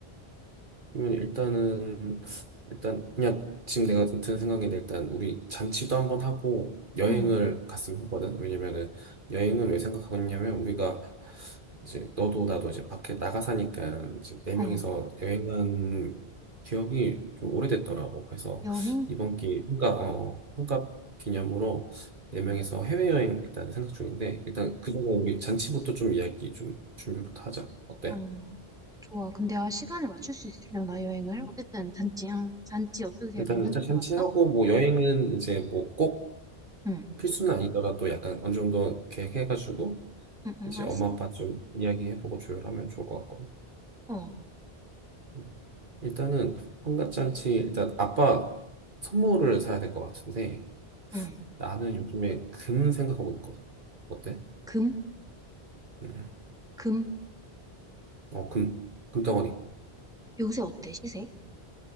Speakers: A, on the right (about 55°); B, in the centre.
A: 그러면 일단은 일단 그냥 지금 내가 든 생각인데 일단 우리 잔치도 한번 하고 여행을
B: 응,
A: 갔으면 하거든. 왜냐면은 여행은 왜 생각하냐면 우리가 이제 너도 나도 이제 밖에 나가 사니까 이제 네 명이서
B: 어,
A: 여행한 기억이 좀 오래됐더라고. 그래서
B: 여행?
A: 이번 기회 그러니까 어 환갑 기념으로 네
B: 응,
A: 명이서 해외여행 일단 생각 중인데 일단 그전에 우리 잔치부터 좀 이야기 좀 준비부터 하자. 어때?
B: 어, 좋아. 근데 아, 시간을 맞출 수 있으려나, 여행을? 어쨌든, 잔치, 응. 잔치 어떻게,
A: 일단
B: 뭐 생각해봤어?
A: 일단 잔치하고 뭐 여행은 이제 뭐 꼭
B: 응,
A: 필수는 아니더라도 약간 어느 정도 계획해가지고
B: 응, 응,
A: 이제
B: 알았어.
A: 엄마 아빠 좀 이야기해보고 조율하면 좋을 것 같거든.
B: 어,
A: 음. 일단은 환갑 잔치 일단 아빠 선물을 사야 될 것 같은데
B: 응.
A: 나는 요즘에 금 생각하고 있거든. 어때?
B: 금?
A: 음.
B: 금?
A: 어, 금, 금덩어리.
B: 요새 어때, 시세?